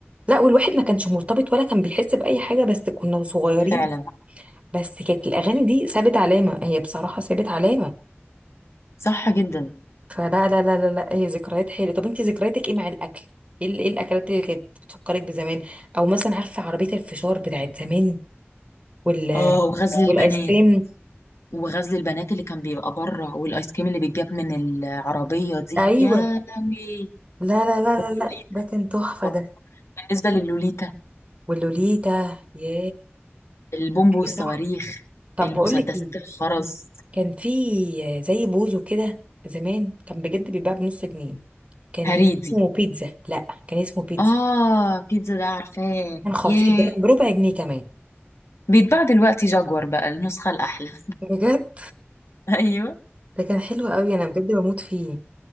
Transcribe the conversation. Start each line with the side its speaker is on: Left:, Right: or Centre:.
Right: لا والواحد ما كانش مرتبط ولا كان بيحس بأي حاجة بس كنا صغيرين
Left: فعلا
Right: بس كانت الأغاني دي سابت علامة هي بصراحة سابت علامة
Left: صح جدا
Right: فلا لا لا لا لا هي ذكريات حلوة طب انت ذكرياتك ايه مع الأكل؟ ايه ال- إيه الأكلات اللي كانت بتفكرك بزمان؟ أو مثلا عارفة عربية الفشار بتاعت زمان وال
Left: اه وغزل البنات
Right: والآيس كريم
Left: وغزل البنات اللي كان بيبقى بره والايس كريم اللي بيتجاب من العربيه دي
Right: أيوه
Left: يا لهوي
Right: لا لا لا
Left: واللوليتا
Right: لا لا ده كان تحفة
Left: طب
Right: ده
Left: بالنسبه للوليتا
Right: واللوليتا ياه
Left: البومب والصواريخ
Right: إيه صح طب
Left: المسدسات
Right: بقول لك ايه
Left: الخرز
Right: كان في زي بوزو كده زمان كان بجد بيتباع بنص جنيه كان
Left: هريدي
Right: اسمه بيتزا لا كان اسمه بيتزا
Left: اه بيتزا ده عارفاه
Right: كان خطير
Left: ياه
Right: ده كان بربع جنيه كمان
Left: بيتباع دلوقتي جاكور بقى النسخه الاحلى
Right: بجد
Left: <laughs> ايوه
Right: ده كان حلو قوي انا بجد بموت فيه